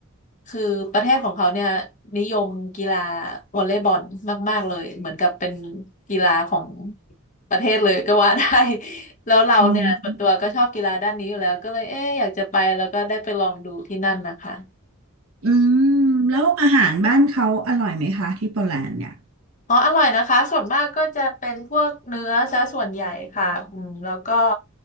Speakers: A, on the left; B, on the right.
A: คือประเทศของเขาเนี่ยนิยมกีฬาวอลเลย์บอลมากๆเลยเหมือนกับเป็นกีฬาของประเทศเลยก็ว่าได้ แล้วเราเนี่ยส่วนตัวก็ชอบกีฬาด้านนี้อยู่แล้วก็เลยเอ๊ะอยากจะไปแล้วก็ได้ไปลองดูที่นั่นนะคะ
B: อ๋ออืมแล้วอาหารบ้านเขาอร่อยไหมคะที่โปแลนด์เนี่ย
A: อ๋ออร่อยนะคะส่วนมากก็จะเป็นพวกเนื้อซะส่วนใหญ่ค่ะอืมแล้วก็